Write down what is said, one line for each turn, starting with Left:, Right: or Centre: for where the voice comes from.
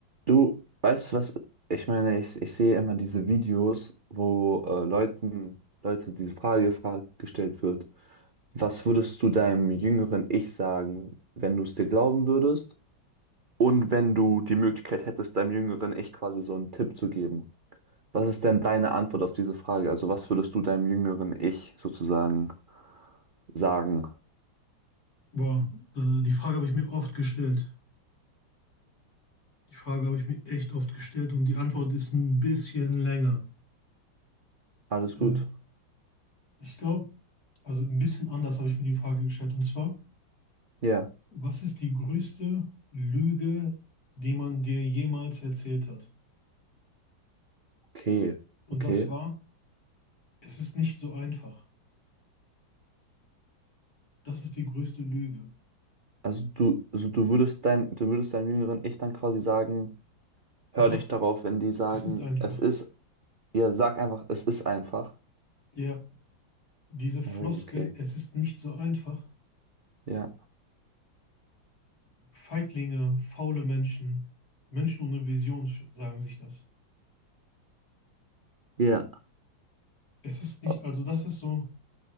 Right: Du weißt was, ich meine, ich, ich sehe immer diese Videos, wo äh, Leuten, Leute diese Frage gefra- gestellt wird, was würdest du deinem jüngeren Ich sagen, wenn du es dir glauben würdest? Und wenn du die Möglichkeit hättest, deinem jüngeren Ich quasi so einen Tipp zu geben. Was ist denn deine Antwort auf diese Frage? Also was würdest du deinem jüngeren Ich sozusagen sagen?
Left: Boah, äh, die Frage habe ich mir oft gestellt. Die Frage habe ich mir echt oft gestellt und die Antwort ist ein bisschen länger.
Right: Alles
Left: Ja,
Right: gut.
Left: ich glaube, also ein bisschen anders habe ich mir die Frage gestellt. Und zwar,
Right: Ja.
Left: was ist die größte Lüge, die man dir jemals erzählt hat?
Right: Okay.
Left: Und
Right: Okay.
Left: das war, es ist nicht so einfach. Das ist die größte Lüge.
Right: Also du, also du würdest dein, du würdest deinem jüngeren Ich dann quasi sagen, Hör
Left: Doch,
Right: nicht darauf, wenn die sagen,
Left: es ist einfach.
Right: es ist. Ja, sag einfach, es ist einfach.
Left: Ja, diese Floskel,
Right: Oh, okay.
Left: es ist nicht so einfach.
Right: Ja.
Left: Feiglinge, faule Menschen, Menschen ohne Vision sagen sich das.
Right: Ja.
Left: Es ist nicht,
Right: Oh,
Left: also das ist so,